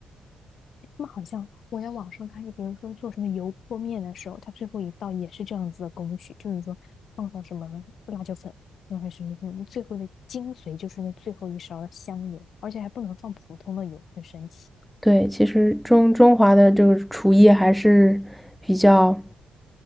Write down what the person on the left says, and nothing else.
他们好像我在网上看，就比如说做什么油泼面的时候，它最后一道也是这样子的工序，就是说放上什么辣椒粉，然后什么什么，最后的精髓就是那最后一勺的香油，而且还不能放普通的油，很神奇。